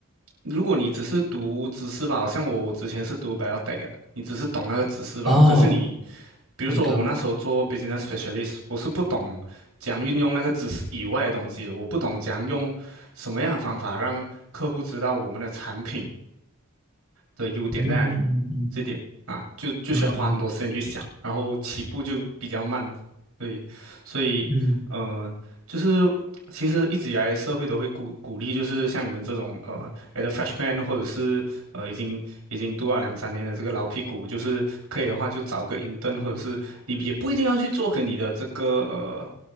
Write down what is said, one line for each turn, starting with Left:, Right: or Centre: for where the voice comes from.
Right: 如果你只是读知识吧，好像我我之前是读 biotech 的，你只是懂那个知识吧，
Centre: 哦，
Right: 可是你比如说我那时候做
Centre: 好的，
Right: business specialist，我是不懂怎样运用那个知识以外的东西的，我不懂怎样用什么样的方法让客户知道我们的产品的优点在哪里，
Centre: 嗯嗯嗯
Right: 这点啊，就就需要花很多时间去想，
Centre: 嗯
Right: 然后起步就比较慢，对，所以呃，
Centre: 嗯，
Right: 就是其实一直以来社会都会鼓鼓励，就是像你们这种呃 at a freshman 或者是呃已经已经读了两三年的这个老屁股，就是可以的话就找个 intern，或者是你也不一定要去做跟你的这个呃。